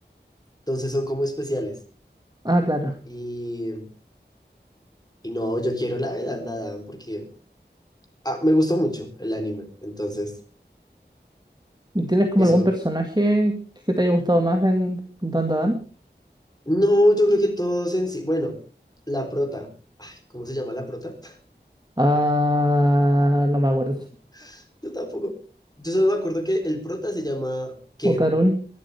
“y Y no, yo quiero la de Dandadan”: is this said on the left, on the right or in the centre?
Left